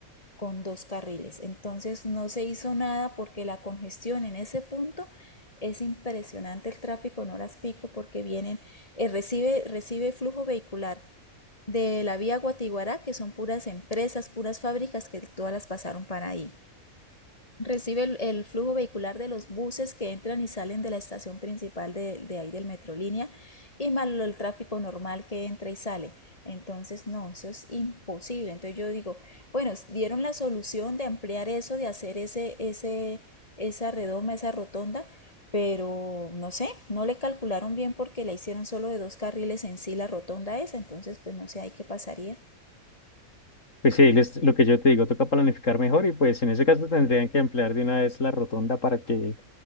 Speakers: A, on the left; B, on the left.
A: con dos carriles. Entonces no se hizo nada porque la congestión en ese punto es impresionante el tráfico en horas pico porque vienen, eh, recibe, recibe flujo vehicular de la vía Guatiguará, que son puras empresas, puras fábricas que todas las pasaron para ahí. Recibe el, el flujo vehicular de los buses que entran y salen de la estación principal de, de ahí del Metrolínea y más el tráfico normal que entra y sale. Entonces, no, eso es imposible. Entonces yo digo, bueno, dieron la solución de ampliar eso, de hacer ese, ese, esa redoma, esa rotonda, pero no sé, no le calcularon bien porque la hicieron solo de dos carriles en sí la rotonda esa. Entonces, pues no sé, ahí qué pasaría.
B: Pues sí, les- lo que yo te digo, toca planificar mejor y pues en ese caso tendrían que emplear de una vez la rotonda para que